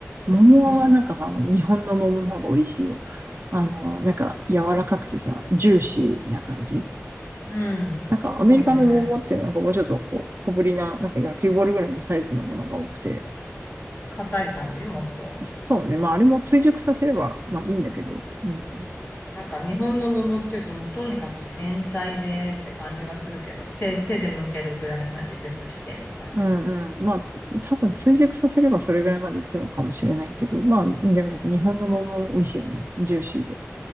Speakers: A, on the right; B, on the left.
A: 桃はなんかさ、
B: うん。
A: 日本の桃の方が美味しいよ。あの、なんか柔らかくてさ、ジューシーな感じ。
B: うん。
A: なんかアメリカの桃ってなんかもうちょっとこう小ぶりな、
B: そうね。
A: なんか野球ボールぐらいのサイズのものが多くて、
B: 硬い感じもっと。
A: そうね。まああれも追熟させればまあいいんだけど、うん。
B: なんか日本の桃っていうともうとにかく繊細でって感じがするけど、手、手で剥けるぐらいまで熟してみたいな。
A: うんうん。まあ多分追熟させればそれぐらいまでいくのかもしれないけど、まあでもやっぱ日本の桃美味しいよね。ジューシーで。